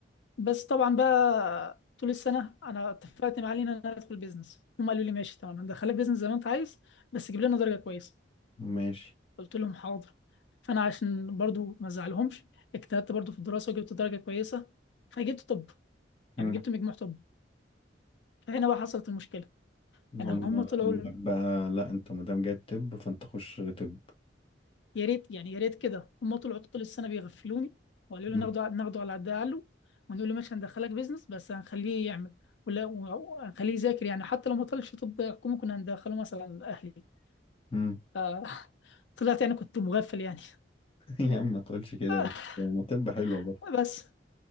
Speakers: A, on the left; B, on the left.
A: بس طبعا بقى طول السنه انا اتفقت مع علي ان انا ادخل بيزنس هم قالوا لي ماشي تمام هندخلك بيزنس زي ما انت عايز بس جيب لنا درجه كويسه
B: ماشي
A: قلت لهم حاضر فانا عشان برضو ما ازعلهمش اجتهدت برضو في الدراسه وجبت درجه كويسه فجبت طب
B: مم.
A: يعني جبت مجموع طب فهنا بقى حصلت المشكله
B: هم
A: يعني هم طلعوا
B: قالوا لك بقى لا انت ما دام جايب طب فانت خش طب
A: يا ريت يعني يا ريت كده هم طلعوا طول السنه بيغفلوني وقالوا لي
B: مم.
A: ناخده ناخده على قد عقله ونقول له ماشي هندخلك بيزنس بس هنخليه يعمل ولا هنخليه يذاكر يعني حتى لو ما طلعش طب حكومه كنا هندخله مثلا اهلي
B: مم.
A: آه، <laughs> طلعت يعني كنت مغفل يعني
B: <laughs> يا عم ما تقولش كده
A: <laughs>
B: بس ما طب حلوة برضه
A: آه، بس